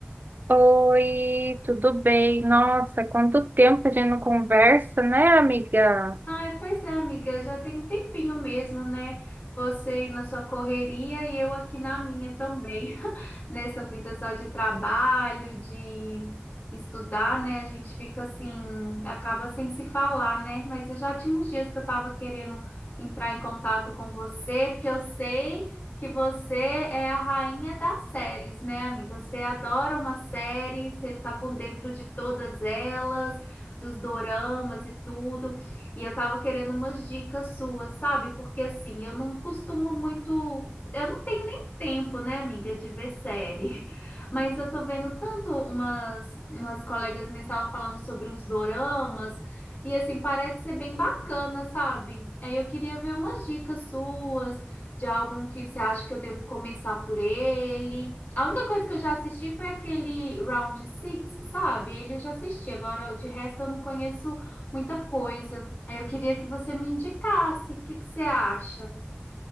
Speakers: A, on the right; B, on the left.
A: Oi, tudo bem? Nossa, quanto tempo que a gente não conversa, né, amiga?
B: Ai, pois é, amiga, já tem um tempinho mesmo, né? Você aí na sua correria e eu aqui na minha também, <laughs> nessa vida só de trabalho, de estudar, né? A gente fica assim, acaba sem se falar, né? Mas eu já tinha uns dias que eu tava querendo entrar em contato com você, porque eu sei que você é a rainha das séries, né, amiga? Você adora uma série, você tá por dentro de todas elas, dos doramas e tudo. E eu tava querendo umas dicas suas, sabe? Porque assim, eu não costumo muito. Eu não tenho nem tempo, né, amiga, de ver série. <laughs> Mas eu tô vendo tanto umas, umas colegas minhas estavam falando sobre uns doramas. E assim, parece ser bem bacana, sabe? Aí eu queria ver umas dicas suas, de algum que você acha que eu devo começar por ele. A única coisa que eu já assisti foi aquele Round Six, sabe? Ele eu já assisti, agora de resto eu não conheço muita coisa. Aí eu queria que você me indicasse. O que que você acha?